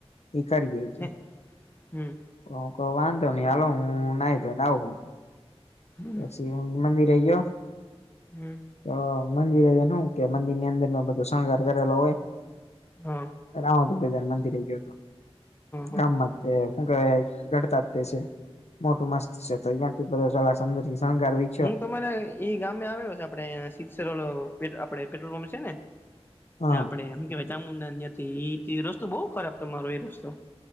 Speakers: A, on the left; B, on the left.
A: એ કરીએ.
B: હમ.
A: તો હું કવ વાંધો નહી હાલો! હું નાહી ધોઇને તો આવું.
B: હમ.
A: પછી મંદિરે એય?
B: હમ.
A: તો મંદિરે નું શું એનું કે મંદિરની અંદર નો બધો શણગાર કરેલો હોય.
B: હમ.
A: રામાપીર દાદા ના મંદિરે ગયો હતો.
B: હા હા
A: ગામમાં- - તો શું કહેવાય ગરતા જ તે છે. મોટું મસ્ત છે. તો ત્યાં થી... અંદરથી શણગારવી.
B: હું તમારે ઈ ગામે આવેલો છે. આપણે સીદસર આપે ઓલો પેટ્રોલ પંપ છે ને?
A: હા
B: આપડે એમ કેવાય ચામુંડાને ત્યાં થી એ રસ્તો બહુ ખરાબ તમારો, એ રસ્તો.